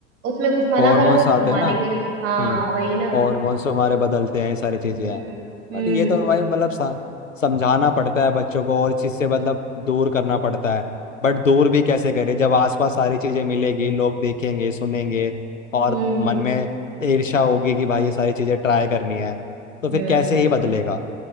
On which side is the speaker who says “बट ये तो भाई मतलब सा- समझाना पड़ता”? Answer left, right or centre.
Left